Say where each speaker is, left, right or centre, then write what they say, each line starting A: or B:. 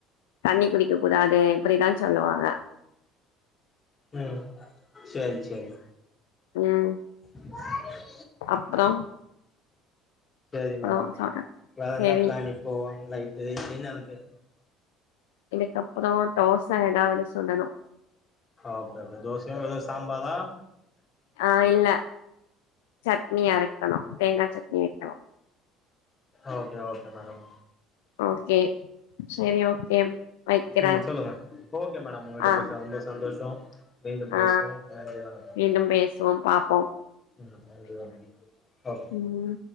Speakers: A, on the left; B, on the left.
A: தண்ணி குடிக்க கூடாது அப்டித்தா சொல்லுவாங்க
B: ம் செரி செரி
A: ம்
B: <unintelligible>
A: அப்றோ
B: சரி
A: அப்றோ
B: மேடம்
A: சொல்றே
B: வேற
A: செரி
B: என்ன பிளான் இப்போ நைட்டு டின்னருக்கு
A: இதுக்கப்புறோ தோச எதாவது சுடனு
B: ஓகே ஓகே தோச எதா சாம்பாதா
A: ஆ இல்ல சட்னி அரைக்கனு தேங்கா சட்னி வக்கனு
B: ஓகே ஓகே மேடம்
A: ஓகே சரி ஓகே வைக்கிறே
B: ம் சொல்லுங்க ஓகே மேடம் உங்க கிட்ட
A: ஆ
B: பேசுங்க ரொம்ப சந்தோஷ மீண்டு
A: ஆ
B: பேசுவோம் நன்றி வணக்கம்
A: மீண்டும் பேசுவோம் பாப்போம்
B: உம் நன்றி வணக்கம் ஓகே
A: உம்